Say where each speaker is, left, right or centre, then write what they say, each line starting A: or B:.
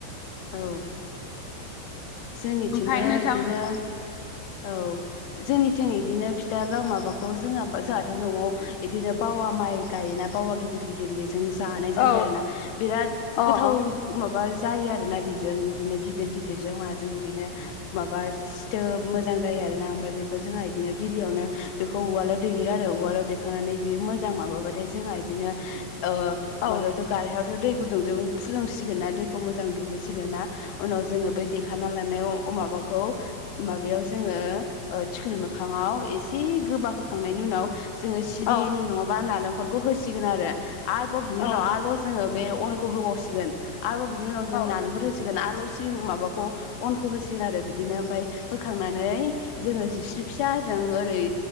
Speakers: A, on the left; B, on the left.
A: औ जोंनिथिंबो
B: ओमफाय नोंथां
A: इदिनो औ। जोंनिथिं इदिनो फिथा लाव माबाखौ जोंहा जाहाथ' न'आव इदिनो बावा माइ गायोना बावा गिदिर गिदिर बेजों जानाय
B: औ
A: जायो आरोना बिराद
B: औ अ
A: गोथाव माबा जायो आरो ना बेजों इदिनो गिदिर गिदिरजों माजों इदिनो माबा सिथोब मोजां जायो आरोना ओमफ्राय बेखौ जोंहा बिदिनो गिबियावनो बेखौ उवालाव दैेयो आरो उवालाव दे खांनानै बेयो मोजां माबाबाथाय जोंहा इदिनो ओ
B: अ
A: माबायावथ' गारहायावथ' दै गुदुंजों फुदुंसिगोन ना दैखौ मोजां दुंहोसिगोन ना उनाव जोङो बै <unintelligible> खाना लानाय माबाखौ माबायाव जोङो ओ थिख्लि मोखाङाव एसे गोबा होखांनायनि उनाव जोङो सिबिं
B: औ
A: नङाबा नालेंखरखौ होसिगोन आरो आरोबाव बिनि
B: औ
A: उनाव आरोबाव जोङो बे अनखौ होबावसिगोन आरोबाव बिनि उनाव जों
B: औ
A: नालेंखर होसिगोन आरोबाव सिबिं माबाखौ <unintelligible> अनखौ होसिगोन आरो बिदिनो ओमफाय होखांनानै जोङो जिस्रि फिसा जों ओरै